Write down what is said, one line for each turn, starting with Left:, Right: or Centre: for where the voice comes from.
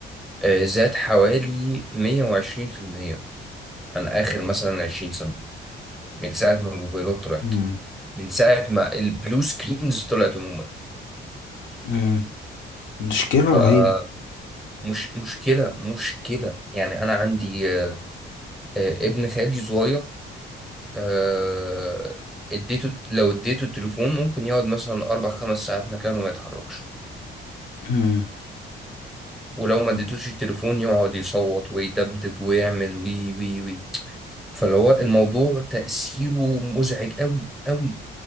Centre: آه، زاد حوالي 120% عن آخر مثلا 20 سنة من ساعة ما الموبايلات طلعت
Left: مم.
Centre: من ساعة ما البلو سكرينز طلعت عموما
Left: مم. مشكله
Centre: فمش
Left: رهيبه
Centre: مشكلة مشكلة يعني أنا عندي آه، آه، ابن خالي صغير آه، اديته لو اديته التليفون ممكن يقعد مثلا أربع خمس ساعات مكانه ما يتحركش
Left: مم.
Centre: ولو ما
Left: مم.
Centre: اديتوش التليفون يقعد يصوت ويدبدب ويعمل وي وي وي فاللي هو الموضوع تأثيره مزعج قوي قوي